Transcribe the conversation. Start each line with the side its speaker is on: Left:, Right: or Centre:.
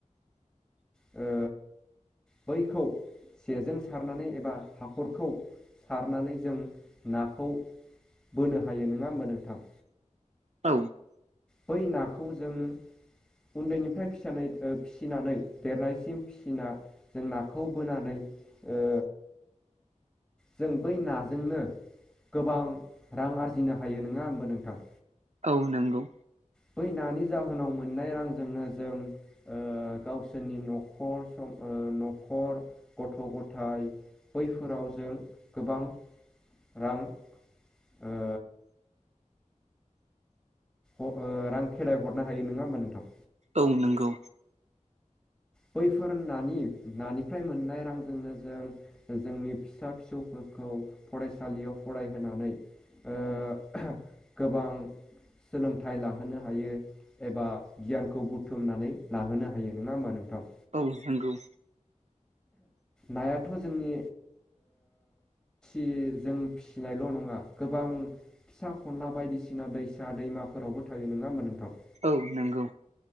Centre: ओ बैखौ जेजों सारनानै एबा हाखरखौ सारनानै जों नाखौ बोनो हायो नङा होमबा नोंथां
Right: औ
Centre: बै नाखौ जों उन्दैनिफ्राय फिसानाय ओ फिसिनानै देरनायसिम फिसिना जों नाखौ बोनानै ओ जों बै नाजोंनो गोबां रां आरजिनो हायो नङा होमबो नोंथां?
Right: औ नंगौ
Centre: फै नानि जाहोनाव मोननाय रांजोंनो जों ओ गावसोरनि न'खर सम न'खर गथ' गथाइ बैफोराव जों गोबां रां ओ अ ओ रां खेराय हरनो हायो नङा होमबा नोंथां?
Right: औ नंगौ
Centre: बैफोर नानि नानिफ्राय मोननाय रांजोंनो जों जोंनि फिसा फिसौफोरखौ फरायसालियाव फरायहोनानै ओ गोबां सोलोंथाइ लाहोनो हायो एबा गियानखौ बुथुमनानै लाहोनो हायो नङा होमबा नोंथां?
Right: औ नंगौ
Centre: नायाथ' जोंनि ओ दि जों फिसिनायल' नङा गोबां फिसा खनला बायदिसिना दैसा दैमाफोरावबो थायो नङा होमबा नोंथां
Right: औ नंगौ